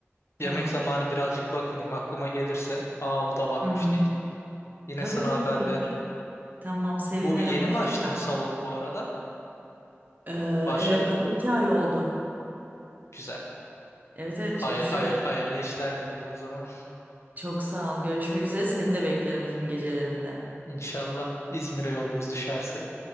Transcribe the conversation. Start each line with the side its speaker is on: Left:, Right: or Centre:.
Right: Tamam.
Left: Yemek zamanı birazcık bakınayım. Aklıma gelirse aa bu da varmış
Right: Hı hı.
Left: deyip yine
Right: Tabii
Left: sana
Right: tabii
Left: haber
Right: olur.
Left: veririm.
Right: Tamam, sevinirim.
Left: Bu yeni
Right: Hoşça
Left: mi açtınız
Right: kal.
Left: salonu bu arada?
Right: Ee,
Left: Başladı
Right: evet
Left: mı?
Right: daha iki ay oldu.
Left: Güzel.
Right: Evet evet
Left: Hayır,
Right: çalışıyoruz.
Left: hayır, hayırlı işler diyelim o zaman.
Right: Çok sağ ol. Görüşmek üzere. Seni de beklerim film gecelerinde.
Left: İnşallah İzmir'e yolumuz düşerse.